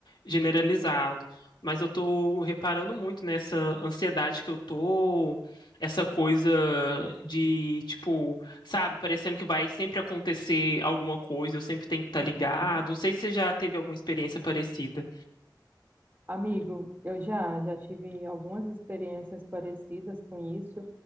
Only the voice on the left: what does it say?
generalizado mas eu tô reparando muito nessa ansiedade que eu tô, essa coisa de, tipo, sabe, parecendo que vai sempre acontecer alguma coisa, eu sempre tenho que estar
ligado. Não sei se você já teve alguma experiência parecida.